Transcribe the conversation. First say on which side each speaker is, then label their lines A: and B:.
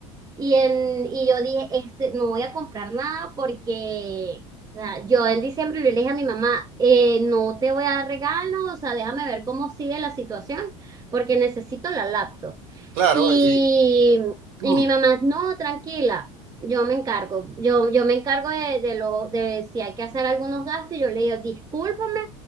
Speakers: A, on the right; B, on the right.
A: y, en, y yo dije, este, no voy a comprar nada porque, o sea, yo en diciembre le dije a mi mamá, eh, no te voy a dar regalo, o sea, déjame ver cómo sigue la situación porque necesito la laptop.
B: Claro,
A: Y,
B: y mm,
A: y mi mamá, no, tranquila, yo me encargo, yo, yo me encargo de, de lo, de si hay que hacer algunos gastos, y yo le digo, discúlpame,